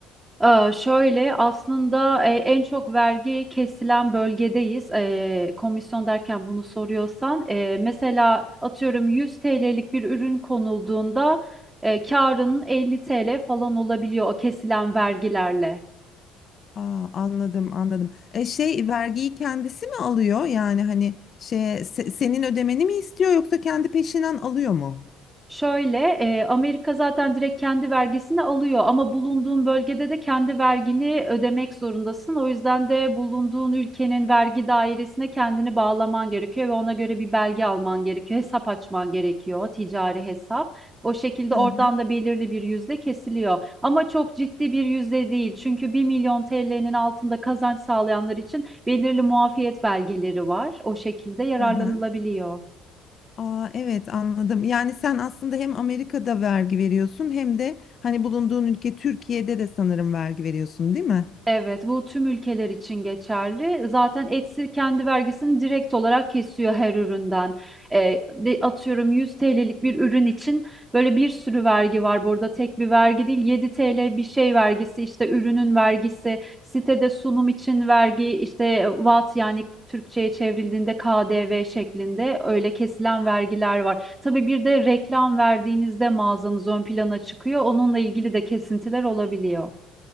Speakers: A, on the right; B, on the left.
A: Ee, şöyle aslında e, en çok vergi kesilen bölgedeyiz. Ee, komisyon derken bunu soruyorsan e, mesela atıyorum 100 TL'lik bir ürün konulduğunda e, karının 50 TL falan olabiliyor o kesilen vergilerle.
B: Aa, anladım anladım. E, şey vergiyi kendisi mi alıyor? Yani hani şey se- senin ödemeni mi istiyor yoksa kendi peşinen alıyor mu?
A: Şöyle, e, Amerika zaten direkt kendi vergisini alıyor ama bulunduğun bölgede de kendi vergini ödemek zorundasın. O yüzden de bulunduğun ülkenin vergi dairesine kendini bağlaman gerekiyor ve ona göre bir belge alman gerekiyor. Hesap açman gerekiyor, ticari hesap. O şekilde
B: Hı
A: oradan da belirli bir yüzde kesiliyor. Ama çok ciddi bir yüzde değil. Çünkü bir milyon TL'nin altında kazanç sağlayanlar için belirli muafiyet belgeleri var. O şekilde yararlanılabiliyor.
B: hı hı. Aa, evet anladım. Yani sen aslında hem Amerika'da vergi veriyorsun hem de hani bulunduğun ülke Türkiye'de de sanırım vergi veriyorsun, değil mi?
A: Evet, bu tüm ülkeler için geçerli. Zaten Etsy kendi vergisini direkt olarak kesiyor her üründen. Ee, de, atıyorum 100 TL'lik bir ürün için böyle bir sürü vergi var burada. Tek bir vergi değil, 7 TL bir şey vergisi, işte ürünün vergisi, sitede sunum için vergi, işte VAT yani Türkçe'ye çevrildiğinde KDV şeklinde öyle kesilen vergiler var. Tabii bir de reklam verdiğinizde mağazanız ön plana çıkıyor. Onunla ilgili de kesintiler olabiliyor.